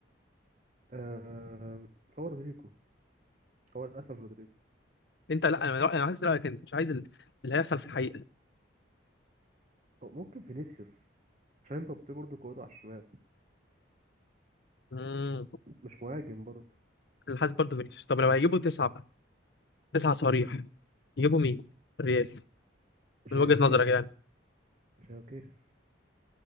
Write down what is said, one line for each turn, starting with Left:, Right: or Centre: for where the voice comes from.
Right: آه هو رودريجو هو للأسف رودريجو
Left: انت لا انا من رأيي انا عايز رايك انت مش عايز ال- اللي هيحصل في الحقيقه
Right: هو ممكن فينيسيوس عشان مبابي برضه قوته على الشمال
Left: امم
Right: مش مهاجم برضه
Left: انا حاسس برضه فينيسيوس طب لو هيجيبوا تسعه بقى تسعه صريح يجيبوا مين؟ الريال
Right: جايوكيريس
Left: من وجهه نظرك يعني
Right: جايوكيريس